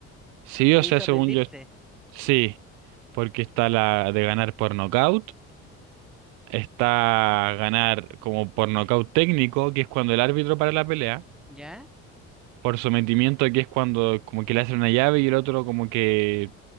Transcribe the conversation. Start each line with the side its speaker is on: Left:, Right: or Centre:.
Right: sí,
Centre: que
Right: o
Centre: lo
Right: sea,
Centre: hizo
Right: según
Centre: rendirse,
Right: yo, sí, porque está la de ganar por nocaut, está ganar como por nocaut técnico, que es cuando el árbitro para la pelea.
Centre: ¿ya?
Right: por sometimiento, que es cuando como que le hacen una llave y el otro como que